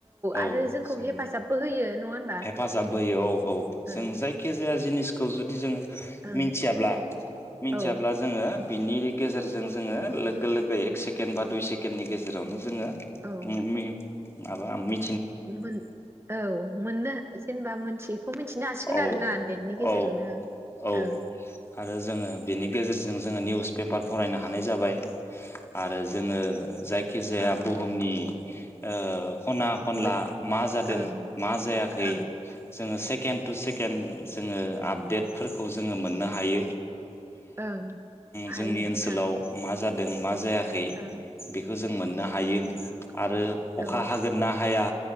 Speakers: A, on the left (about 20°); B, on the right (about 20°).
A: औ
B: आरो जोंखौ
A: जों
B: हेफाजाबबो होयो नङा होनबा
A: हेफाजाब होयो औ औ
B: ओं
A: जों जायखि जाया जिनिसखौ जु दि जोङो
B: ओं
A: थियाब्ला मिनथियाब्ला
B: ओं
A: जोङो। बिनि गेजेरजों जोंङो। लोगो लोगो एक सेकेण्ड बा दुइ सेकेण्डनि गेजेरावनो जोंङो
B: औ ओं
A: ममि माबा मि
B: मोन औ मोननो जेनबा मोनथिखौ मोनथिनो हासिगोन
A: औ
B: आरोना नेटनि गेजेरजोंनो
A: औ औ
B: ओं।
A: आरो जोङो बेनि गेजेरजों जोङो निउस पेपार फरायनो हानाय जाबाय आरो जोङो जाय खिजाया
B: ओं
A: बुहुमनि ओ खना खनला
B: मोन
A: मा जादों
B: ओं
A: मा जायाखै
B: ओं
A: जोङो से केण्ड टु सेकेण्ड जोङो आपडेटफोरखौ जो। ङो मोननो हायो
B: ओं हायो
A: जोंनि
B: नोंथां
A: ओनसोलाव मा जादों। दों मा जाया खै
B: ओं
A: बेखौ जों मोननो हायो
B: ओं
A: आरो अखा
B: औ
A: हागोन ना हाया।